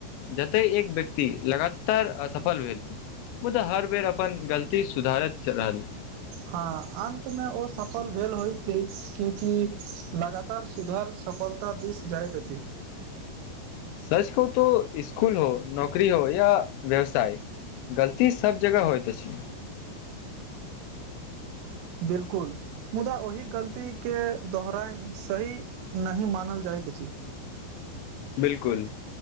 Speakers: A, on the left; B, on the right.
A: जतऽ एक व्यक्ति लगातार स असफल भेल, मुदा हर बेर अपन गलती सुधारैत रहल।
B: हँ, अन्तमे ओ सफल भेल होइत, किएकि लगातार सुधार। सफलता दिस जाइत अछि।
A: सच कहू तऽ स्कूल हो, नौकरी हो या व्यवसाय। गलती सभ जगह होइत अछि।
B: बिल्कूल मुदा ओहि गलतीके दोहराइ सही नहि मानल जाइत अछि।
A: बिल्कूल